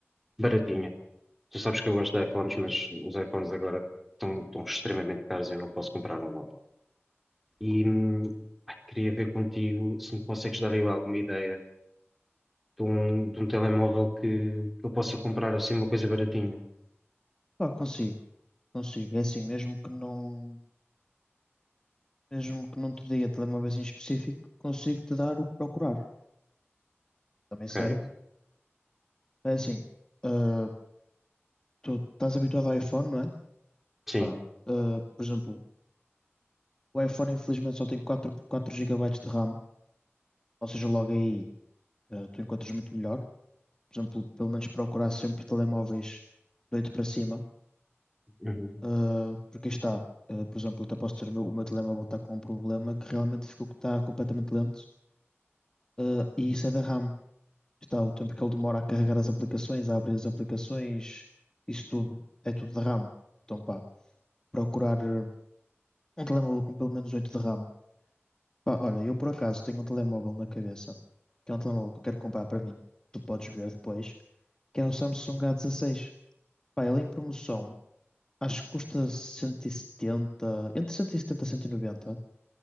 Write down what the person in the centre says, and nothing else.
baratinha. Tu sabes que eu gosto de iPhones, mas os iPhones agora estão, estão extremamente caros e eu não posso comprar um outro. E hum, ai, queria ver contigo se me consegues dar aí alguma ideia de um, de um telemóvel que, que eu possa comprar assim uma coisa baratinha.
Ok.
Sim.
Uhum.